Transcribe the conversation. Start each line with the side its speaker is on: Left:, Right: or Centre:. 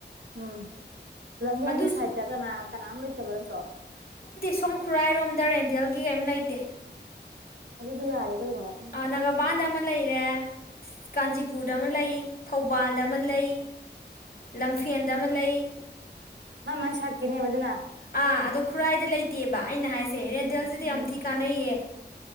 Right: ꯎꯝ ꯂꯝꯃꯣꯡꯒꯤ
Left: ꯑꯗꯨ
Right: ꯁꯥꯏꯠꯇ ꯀꯅꯥ ꯀꯅꯥꯝ ꯂꯩꯇꯕ ꯅꯠꯇ꯭ꯔꯣ
Left: ꯁꯣꯡ ꯈꯨꯔꯥꯏꯔꯣꯝ ꯗꯔꯦꯟꯇꯦꯜꯒꯤ ꯀꯩꯝ ꯂꯩꯇꯦ
Right: ꯑꯗꯨꯗꯤ ꯌꯥꯔꯦ ꯀꯩꯅꯣ ꯎꯝ
Left: ꯅꯪ ꯄꯥꯟꯗ ꯃ ꯂꯩꯔꯦ ꯀꯥꯟꯆꯤꯄꯨꯔꯗ ꯑꯃ ꯂꯩ ꯊꯧꯕꯥꯜꯗ ꯑꯃ ꯂꯩ ꯂꯝꯐꯤ ꯗꯃꯂꯩ
Right: ꯃꯥ ꯃꯥꯥꯏ ꯁꯥꯠꯈꯤꯅꯦꯕ ꯑꯗꯨꯅ
Left: ꯑꯥ ꯑꯗꯣ ꯈꯨꯔꯥꯏꯗ ꯂꯩꯇꯦꯕ ꯑꯩꯅ ꯍꯥꯏꯁꯦ
Right: ꯎꯝ
Left: ꯔꯦꯟꯇꯦꯜꯁꯤꯗꯤ ꯌꯥꯝ
Right: ꯎꯝ
Left: ꯊꯤ ꯀꯥꯟꯅꯩꯌꯦ